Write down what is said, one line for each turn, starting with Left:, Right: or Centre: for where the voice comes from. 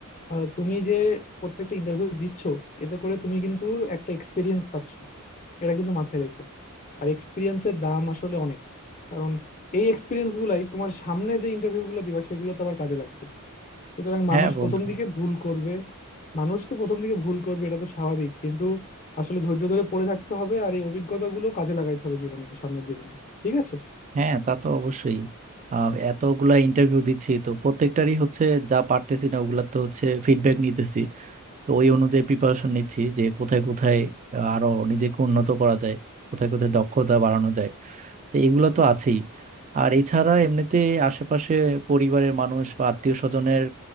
Left: আহ, তুমি যে প্রত্যেকটা ইন্টারভিউ দিচ্ছ এতে করে তুমি কিন্তু একটা এক্সপিরিয়েন্স পাচ্ছ এটা কিন্তু মাথায় রেখো আর এক্সপিরিয়েন্সের দাম আসলে অনেক কারণ এই এক্সপিরিয়েন্স গুলাই তোমার সামনে যে ইন্টারভিউ গুলো দিবা সেগুলোতে আবার কাজে লাগবে সুতরাং
Right: হ্যাঁ
Left: মানুষ
Right: বন্ধু
Left: প্রথম দিকে ভুল করবে মানুষ তো প্রথম দিকে ভুল করবে এটা তো স্বাভাবিক কিন্তু আসলে ধৈর্য ধরে পড়ে থাকতে হবে আর এই অভিজ্ঞতাগুলো কাজে লাগাইতে হবে জীবনের সামনের জীবনে ঠিক আছে
Right: হ্যাঁ তা তো অবশ্যই আহ, এতগুলা ইন্টারভিউ দিচ্ছি তো প্রত্যেকটারই হচ্ছে যা পারতেছি না ওগুলা তো হচ্ছে ফিডব্যাক নিতেছি তো ওই অনুযায়ী প্রিপারেশন নিচ্ছি যে কোথায় কোথায় আহ, আরো নিজেকে উন্নত করা যায় কোথায় কোথায় দক্ষতা বাড়ানো যায় তো এগুলো তো আছেই আর এছাড়া এমনিতে আশেপাশে পরিবারের মানুষ বা আত্মীয় স্বজনের